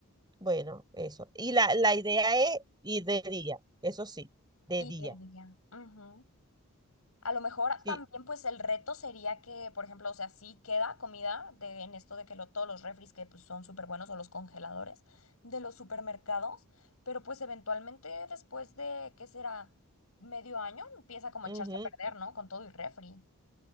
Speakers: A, on the right; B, on the left.
A: Bueno, eso. Y la, la idea es ir de día, eso sí, de
B: Y
A: día.
B: el día. ujú. A lo mejor
A: Sí.
B: también pues el reto sería que, por ejemplo, o sea, sí queda comida de, en esto de que lo, todos los refris que pues, son súper buenos o los congeladores de los supermercados, pero pues eventualmente después de, ¿qué será? Medio año empieza como
A: Ujú.
B: a echarse a perder, ¿no? Con todo y refri.